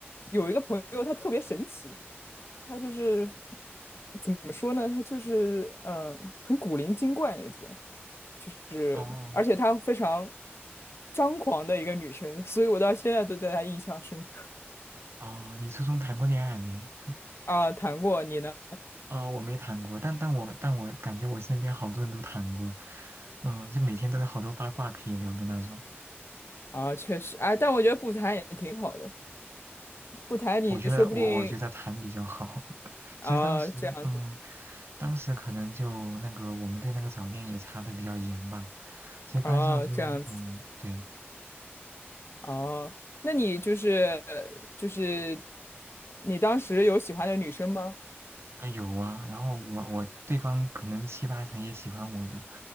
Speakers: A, on the left; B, on the right.
A: 有一个朋友，他特别神奇，他就是怎么说呢，他就是嗯、呃很古灵精怪那种。是，
B: 哦
A: 而且她非常张狂的一个女生，所以我到现在都对她印象深刻。
B: 哦，你初中谈过恋爱没？
A: 啊，谈过你呢？
B: 啊、我没谈过，但但我但我感觉我身边好多人都谈过，嗯、就每天都有好多八卦可以聊的那种。
A: 啊，确实，哎，但我觉得不谈也挺好的，不谈你说不定
B: 我觉得我我觉得谈比较好。<laughs>
A: 啊，
B: 其实当时，
A: 这样子，
B: 嗯，当时可能就那个我们对那个早恋也查的比较严吧。其实班上就，
A: 啊，这样子，
B: 嗯，对，
A: 啊，那你就是就是你当时有喜欢的女生吗？
B: 啊有啊，然后我我对方可能七八成也喜欢我的，